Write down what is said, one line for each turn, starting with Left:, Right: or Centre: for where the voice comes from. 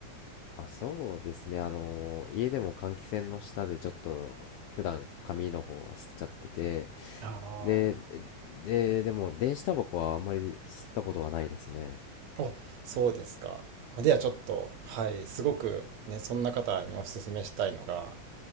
Left: あ、そうですね。あの、家でも換気扇の下でちょっと、普段紙の方は吸っちゃってて、
Right: ああ。
Left: で、で、でも、電子タバコはあんまり吸ったことはないですね。
Right: お、そうですか。まあではちょっと、はい、すごくね、そんな方におすすめしたいのが、